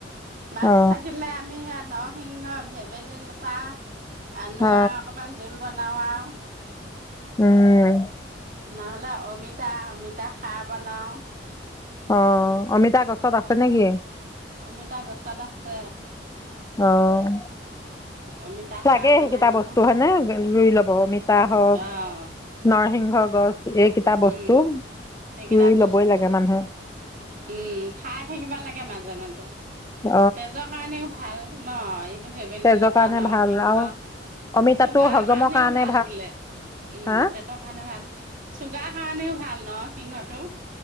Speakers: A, on the right; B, on the left.
A: মাছ
B: অ
A: থাকিলে আমি সেয়া নৰ সিংহ ভেবেলী লতা আনো
B: অ
A: আৰু অকনমান জোল ব বনাও আও।
B: উম,
A: নহলে অমিতা-অমিতা খাৰ বনাও।
B: অ' অমিত তা গছত আছে নেকি?
A: অমিতা গছত আছে
B: অ'
A: অমিতা খাৰ
B: লাগে
A: বনাই
B: সেইকেইটা
A: লওঁ।
B: বস্তু হয়নে ৰুই লব অমিতা হওক
A: অ'
B: নৰসিংহ, গছ, এইকেইটা বস্তু
A: উম' সেইকেইটা
B: ৰুই
A: বস্তু
B: লবই লাগে মানুহে
A: উম' খাই থাকিব লাগে মাজে-মাজে
B: অ
A: তেজৰ কাৰণেও ভাল। ন এইটো ভেবেলী
B: তেজৰ
A: লতা
B: কাৰণে
A: নৰসিংহ
B: ভাল আৰু অমিতাটো
A: চুগাৰৰ
B: হজমৰ
A: কাৰণেও
B: কাৰণে
A: ভাল বোলে উম'
B: হা
A: পেটৰ কাৰণেও ভাল। চুগাৰ কাৰণেও ভাল ন সিংহটো।